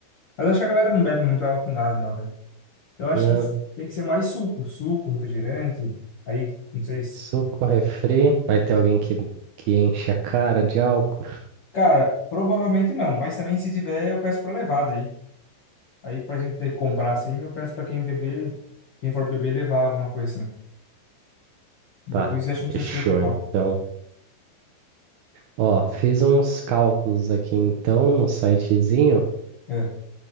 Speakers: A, on the left; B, on the right.
A: Mas acho que a galera não bebe muito água com gás, não, né? Então, Eu acho
B: Né?
A: que tem que ser mais suco, suco, refrigerante. Aí, não sei se.
B: Suco, refri. Vai ter alguém que, que enche a cara de álcool?
A: Cara, provavelmente não, mas também se tiver, eu peço pra levar daí. Aí, pra gente ter que comprar assim, eu peço pra quem beber, quem for beber, levar alguma coisa assim. Daí,
B: Tá,
A: com isso, eu acho que não precisa
B: fechou
A: se preocupar.
B: então. Ó, fiz uns cálculos aqui então no sitezinho.
A: É.